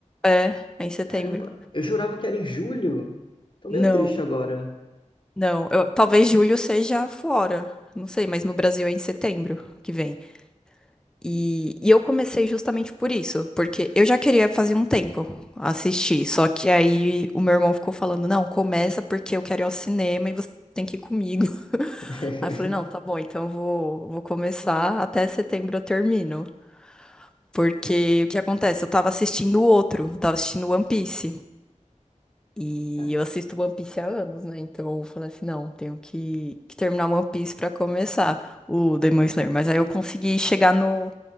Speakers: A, in the centre; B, on the left.
A: É, é em setembro.
B: Caramba, eu jurava que era em julho. Tô
A: Não,
B: meio triste agora.
A: não. Eu- talvez julho seja fora. Não sei, mas no Brasil é em setembro que vem. E, e eu comecei justamente por isso, porque eu já queria fazer um tempo assistir, só que aí o meu irmão ficou falando, não, começa porque eu quero ir ao cinema e você tem que ir comigo. <laughs>
B: <laughs>
A: Aí eu falei, não, tá bom, então eu vou, vou começar, até setembro eu termino. Porque o que acontece? Eu tava assistindo outro, eu tava assistindo One Piece. E
B: Ca-
A: eu assisto One Piece há anos, né? Então eu falei assim, não, tenho que, que terminar One Piece pra começar o Demon Slayer. Mas aí eu consegui chegar no